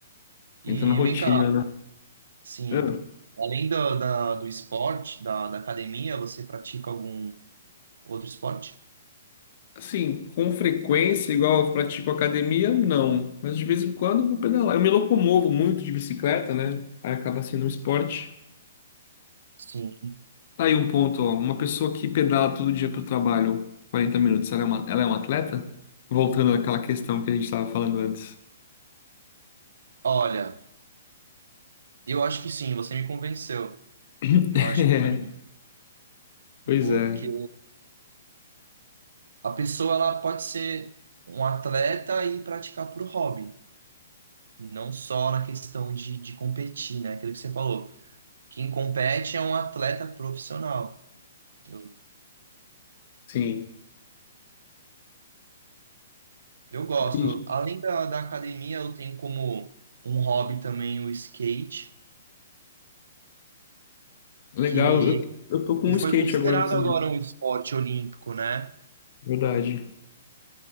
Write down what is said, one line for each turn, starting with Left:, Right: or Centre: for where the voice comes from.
Right: E
Left: Entra na rotina,
Right: vem cá,
Left: né?
Right: Sim.
Left: Ah,
Right: Além do, da, do esporte, da, da academia, você pratica algum outro esporte?
Left: Assim, com frequência, igual eu pratico academia, não. Mas de vez em quando eu vou pedalar. Eu me locomovo muito de bicicleta, né? Aí acaba sendo um esporte.
Right: Sim.
Left: Tá Aí um ponto, ó. Uma pessoa que pedala todo dia pro trabalho 40 minutos, ela é uma, ela é uma atleta? Voltando àquela questão que a gente estava falando antes.
Right: Olha, eu acho que sim, você me convenceu.
Left: <laughs>
Right: Eu acho que sim,
Left: Pois
Right: porque
Left: é,
Right: a pessoa ela pode ser um atleta e praticar por hobby, não só na questão de, de competir, né? Aquilo que você falou. Quem compete é um atleta profissional. Eu,
Left: sim.
Right: eu gosto.
Left: Ih,
Right: Além da, da academia, eu tenho como um hobby também o skate,
Left: Legal.
Right: que
Left: Eu, eu tô com
Right: E
Left: um
Right: foi
Left: skate
Right: considerado
Left: agora também.
Right: agora um esporte olímpico, né?
Left: Verdade.